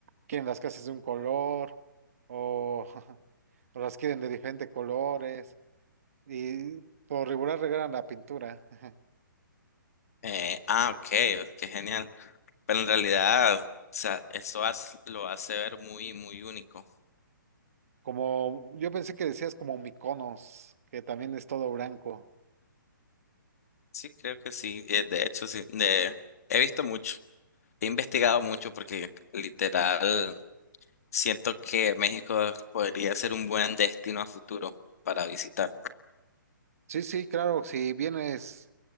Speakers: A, on the right; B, on the left.
A: quieren las casas de un color o, <laughs> o las quieren de diferentes colores. Y por regular regalan la pintura. <laughs>
B: Eh, ah, ok, qué genial. Pero en realidad, o sea, eso hace- lo hace ver muy, muy único.
A: Como yo pensé que decías como Mykonos, que también es todo blanco.
B: Sí, creo que sí. Eh, De hecho, sí, de- he visto mucho, he investigado mucho porque literal siento que México podría ser un buen destino a futuro para visitar.
A: Sí, sí, claro, si vienes